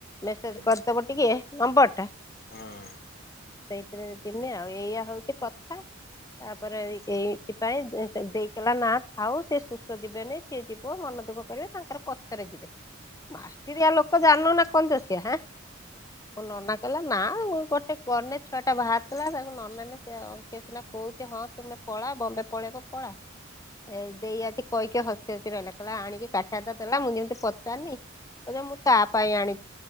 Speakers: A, on the left; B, on the left.
A: ମେସେଜ
B: ହୁଁ
A: କରିଦବ ଟିକିଏ ନମ୍ବରଟା
B: ହଁ।
A: ସେଇଥିରେ ଯିମି ଆଉ ଏଇଆ ହୋଉଚି କଥା ତାପରେ
B: ହୁଁ
A: ଏଇ ସେଥିପାଇଁ ଯେ ସେ ଦେଇ କହିଲା ନା ଥାଉ ସିଏ ସୁସ୍ଥ ଯିବେନେଇ ସିଏ ଯିବ ମନ ଦୁଃଖ କରିବେ ତାଙ୍କର ପଛରେ ଯିବେ ମାଷ୍ଟିରିଆ ଲୋକ ଜାଣନନା କଞ୍ଜୁସିଆ ହାଁ? ମୋ ନାନା କହିଲା ନା ମୁଁ ଗୋଟେ ଗନେ ଛୁଆଟା ଭାରୁଥୁଲା ତାକୁ ନ ନେନେ ସିଏ ଆଉ ସେ ସିନା କୋହୁଚି ହଁ ତୁମେ ପଳାଅ ବମ୍ବେ ପଳେଇବ ପଳା। ଏ ଦେଇ ଆଜି କହିକି ହସି ହସି ରହିଲା କିହିଲା ଆଣିକି କା ଲି ତ ଦେଲା ମୁଁ ଯେମିତି ପଚାରନି ମୁଁ ତା ପାଇଁ ଆଣିଚି।